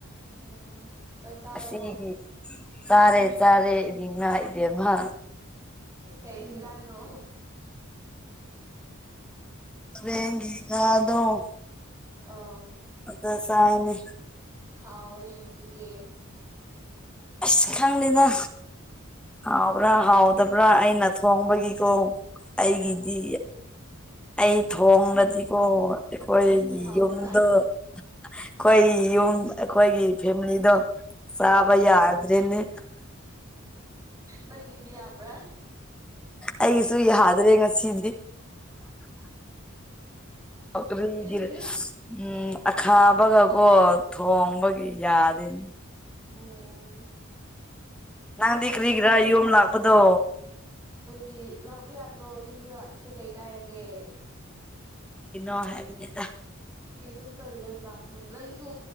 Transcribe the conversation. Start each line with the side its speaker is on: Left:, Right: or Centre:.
Right: ꯎꯝ ꯆꯥꯛ ꯆꯥꯔꯕꯣ
Centre: ꯑꯁꯤꯒꯤ ꯇꯥꯔꯦ ꯇꯥꯔꯦ ꯏꯕꯦꯝꯃꯥ ꯏꯕꯦꯝꯃ
Right: ꯀꯩ ꯌꯦꯟꯖꯥꯡꯅꯣ
Centre: <unintelligible>
Right: ꯑ
Centre: ꯑꯗ ꯁꯥꯏꯅ
Right: ꯍꯥꯎ ꯌꯦ ꯇ ꯏꯗꯤꯦ
Centre: ꯑꯁ ꯈꯪꯂꯤꯦꯅ ꯍꯥꯎꯕ꯭ꯔꯥ ꯍꯥꯎꯗꯕ꯭ꯔꯥ ꯑꯩꯅ ꯊꯣꯡꯕꯒꯤꯀꯣ ꯑꯩꯒꯤꯗꯤ
Right: ꯎꯝ
Centre: ꯑꯩ ꯊꯣꯡꯡꯂꯗꯤꯀꯣ ꯑꯩꯈꯣꯏꯒꯤ
Right: ꯅꯪꯒꯤꯗꯤ ꯍꯥꯎꯕ꯭ꯔꯥ
Centre: ꯌꯨꯝꯗꯣ ꯑꯩꯈꯣꯏ ꯌꯨꯝ ꯑꯩꯈꯣꯏꯒꯤ ꯐꯦꯃꯤꯂꯤꯗꯣ
Right: ꯍꯣꯏ
Centre: ꯆꯥꯕ ꯌꯥꯗ꯭ꯔꯦꯅꯦ
Right: ꯅꯪꯗ ꯌꯥꯕ꯭ꯔꯥ
Centre: ꯑꯩꯒꯤꯁꯨ ꯌꯥꯗ꯭ꯔꯦ ꯉꯁꯤꯗꯤ ꯑꯣꯈꯔꯤꯒꯤꯔꯦ
Right: ꯎꯝ
Centre: ꯎꯝ ꯑꯈꯥꯕꯒꯀꯣ ꯊꯣꯡꯕꯒꯤ ꯌꯥꯗꯅꯤ
Right: ꯎꯝ
Centre: ꯅꯪꯗꯤ
Right: ꯐꯖꯅ
Centre: ꯀꯔꯤꯒꯤꯔꯥ ꯌꯨꯝ ꯂꯥꯛꯄꯗꯣ
Right: ꯀꯩꯗꯤ ꯂꯥꯛꯄ ꯌꯥꯗ꯭ꯔꯣ ꯌꯨꯝꯗ ꯂꯥꯛꯄꯁꯦ ꯀꯩ ꯀꯥꯏꯔꯒꯦ
Centre: ꯅ ꯍꯥꯏꯕꯅꯦꯗ
Right: ꯀꯩꯁꯨꯝ ꯇꯧꯗꯦꯗ ꯂꯥꯛꯄꯅꯦ ꯅꯪꯁꯨ